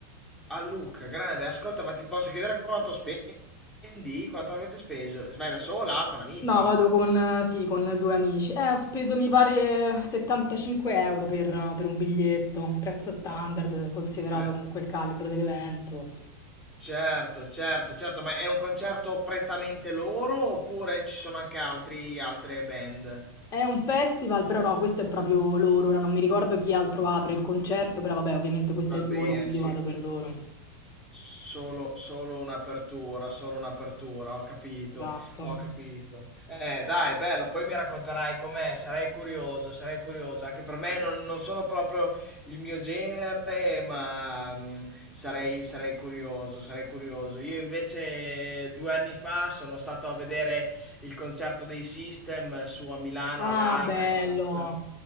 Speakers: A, in the centre; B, on the left.
A: A Luca, grande, ascolta, ma ti posso chiedere quanto spendi? Quanto avete speso? Vai da sola o con amici?
B: No, vado con, eh, sì, con due amici. Eh, ho speso mi pare 75 euro per, per un biglietto, prezzo standard,
A: Però,
B: considerato
A: per-
B: comunque il calibro dell'evento.
A: Certo, certo, certo, ma è un concerto prettamente loro oppure ci sono anche altri, altre band?
B: È un festival, però no, questo è proprio loro, ora non mi ricordo chi altro apre il concerto, però vabbè ovviamente questo
A: Va
B: è il
A: bene,
B: loro, quindi
A: sì.
B: vado per loro.
A: Solo, solo un'apertura, solo un'apertura, ho capito,
B: Esatto.
A: ho capito. Eh, dai, bello, poi mi racconterai com'è, sarei curioso, sarei curioso. Anche per me non, non sono proprio il mio genere, ma mm, sarei, sarei curioso, sarei curioso. Io invece due anni fa sono stato a vedere il concerto dei System eh, su a Milano
B: Ah,
A: all'Alcatraz
B: bello.